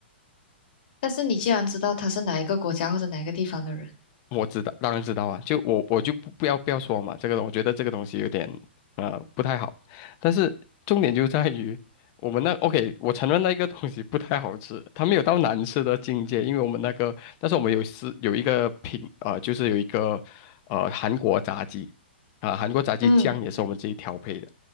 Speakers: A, on the left; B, on the left.
A: 但是你既然知道他是哪一个国家或者哪一个地方的人，
B: 我知道，当然知道啊，就我我就不不要不要说嘛，这个我觉得这个东西有点呃不太好，但是重点就在于我们那 OK，我承认那个东西不太好吃，它没有到难吃的境界，因为我们那个，但是我们有是有一个品呃，就是有一个呃韩国炸鸡啊、韩国炸鸡酱也是我们自己调配的，
A: 嗯